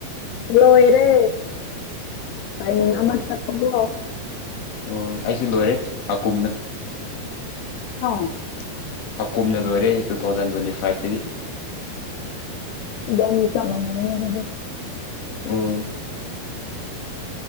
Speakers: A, on the left (about 80°); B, on the left (about 50°).
A: ꯍꯂꯣꯔꯦ ꯇ꯭ꯔꯥꯏꯅꯤꯡ
B: ꯑꯣ
A: ꯑꯃ ꯆꯠꯄꯀꯣ
B: ꯑꯣ ꯑꯩꯁꯨ ꯂꯣꯏꯔꯦ ꯍꯥꯀꯨꯝꯅ
A: <unintelligible>
B: ꯍ ꯀꯨꯝꯅ ꯂꯣꯏꯔꯦ ꯇꯨ ꯊꯥꯎꯖꯟ ꯇ꯭ꯋꯦꯟꯇꯤ ꯐꯥꯏꯚꯇꯒꯤ
A: ꯏꯕꯅꯤ ꯆꯞ ꯃꯅꯥꯔꯦ ꯑꯗꯨꯗꯤ
B: ꯎꯝ